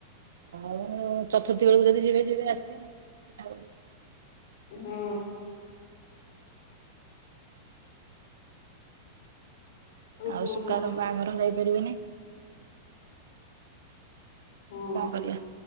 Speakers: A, on the right; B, on the left.
A: ଆଉ ଚତୁର୍ଥୀ ବେଳକୁ ଯଦି ଯିବେ ଯିବେ ଆସିବେ ଆ।
B: ହଁ।
A: ଆଉ
B: କଣ
A: ସୁକା
B: କୁହ
A: ର ବାହାଘର ଯାଇପାରିବେନି।
B: ହଁ
A: କଣ କରିବା